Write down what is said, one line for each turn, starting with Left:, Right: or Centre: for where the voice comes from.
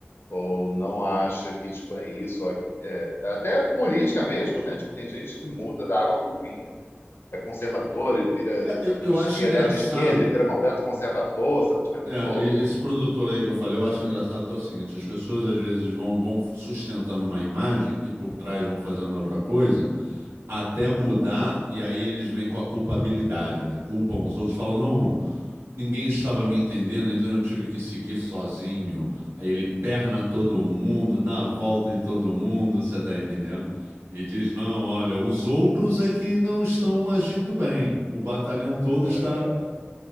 Left: ou não acha que tipo é isso, ou aqui- é, até é política mesmo, né? Tipo, tem gente que muda da água pro vinho, é conservador e vira
Right: É, eu,
Left: totalmente
Right: eu
Left: de
Right: acho
Left: esquerda,
Right: engraçado,
Left: é de esquerda e vira completo conservador, sabe? Tipo, é muito
Right: é,
Left: louco.
Right: e- esse produtor aí que eu falei, eu acho engraçado que é o seguinte, as pessoas às vezes vão, vão sustentando uma imagem e por trás vão fazendo outra coisa, Até mudar, e aí eles vêm com a culpabilidade, né? Culpam os outros, falam, não, ninguém estava me entendendo, então eu tive que seguir sozinho. Aí ele perna todo mundo, dá a volta em todo mundo, você tá entendendo? E diz, não, olha, os outros é que não estão agindo bem. O batalhão todo
Left: É,
Right: está.